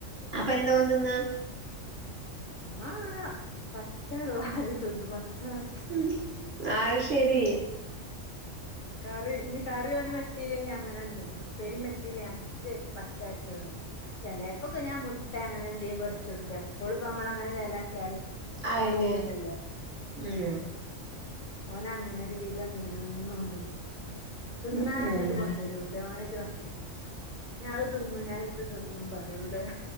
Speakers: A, on the right; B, on the left.
A: അപ്പൊ എന്താ ഓൻ തിന്നാ
B: ഓൻ അങ്ങനെ പച്ച വാരി തിന്നും പച്ച വറ്റ്
A: ഉം ആഹ് ശെരി
B: കറി ഞ്ഞി കറി വ ത്തില്ലെങ്കി അങ്ങനെട് തിന്നും ഉപ്പേരും പറ്റില്ലെ അച്ചക്ക് പച്ചറ്റ് തിന്നും ചെലപ്പൊക്കെ ഞാൻ മുട്ട അങ്ങനെ എന്തേയും പൊരിച്ചു കൊടുക്കും എപ്പോളുംപ്പോ നമ്മള് അങ്ങനെ ചേലാക്കിയാല്
A: അയന്നെ
B: അത് പറ്റൂലല്ലേ
A: ഉം
B: ഓന് അങ്ങനെ ഒരു വിധം മീനൊന്നും ഓൻ തിന്നുല തിന്നാറിഞ്ഞിട്ട്
A: ഉം ഉം
B: കൊണ്ടുവരും എവിടെ ഓനെറ്റെ പറ്റൂല്ല ഞൻ അത് തിന്നും ഞാൻ ഇത് തിന്നും പറയും എവിടെ